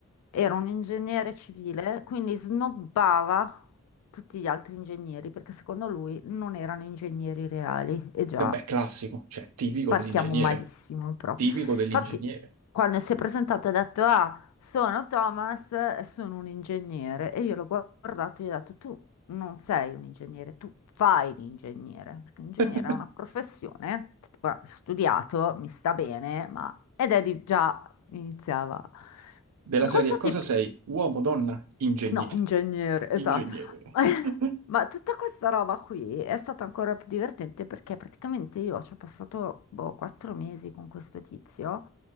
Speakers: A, on the left; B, on the right.
A: era un ingegnere civile, quindi snobbava tutti gli altri ingegneri perché secondo lui non erano ingegneri reali. E già,
B: Vabbè, classico, cioè tipico
A: partiamo
B: dell'ingegnere,
A: malissimo proprio.
B: tipico dell'ingegnere.
A: Infatti, quando si è presentato ha detto, ah, sono Thomas e sono un ingegnere. E io l'ho guardato e gli ho detto, tu non sei un ingegnere, tu fai l'ingegnere. Perché l'ingegnere
B: <laughs>
A: è una professione, guarda, ho studiato, mi sta bene, ma... Ed Eddie già iniziava.
B: della
A: Ma
B: serie
A: questo
B: Cosa
A: tipo...
B: sei? Uomo, donna, ingegnere.
A: No, ingegnere, esatto.
B: Ingegnere.
A: <laughs>
B: <laughs>
A: Ma tutta questa roba qui è stata ancora più divertente perché praticamente io ci ho passato boh, quattro mesi con questo tizio,